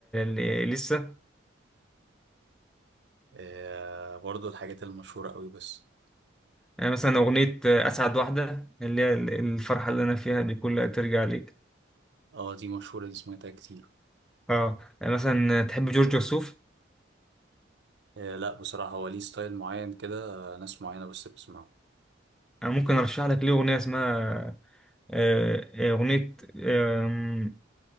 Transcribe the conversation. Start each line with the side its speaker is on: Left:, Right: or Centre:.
Centre: ل- لسه
Right: آه برضو الحاجات المشهورة قوي بس
Centre: يعني مثلا اغنيه اسعد واحده اللي هي ال- الفرحه اللي انا فيها دي كلها ترجع ليك
Right: اه دي مشهورة دي سمعتها كتير
Centre: اه يعني مثلا تحب جورج وسوف
Right: آه لا بصراحة هو ليه ستايل معين كده آه، ناس معينة بس بتسمعه
Centre: انا ممكن ارشح لك ليه اغنيه اسمها آه، آه، اغنيه آم،